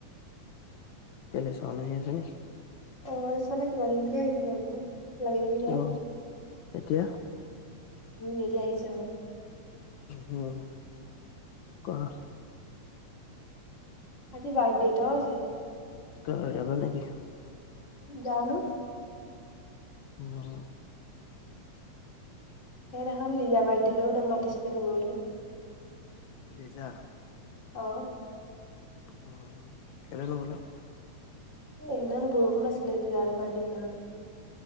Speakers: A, on the left; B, on the left.
A: <unintelligible>
B: <unintelligible> যায়
A: অহ এতিয়া
B: উম এতিয়া আহিছে
A: উম কৰা
B: আজি বাৰ্থডেটাও আছে
A: কাৰ যাবা নেকি?
B: যানো
A: উম
B: সেইদিখন লিজা বাৰ দিলোও ন মাতিছিলে নগলো
A: লিজা
B: অ
A: উম কেলে নগলা
B: এ এনে বৰষুণ আছিলে ন লিজাৰ বাৰ্থডে দিনাখন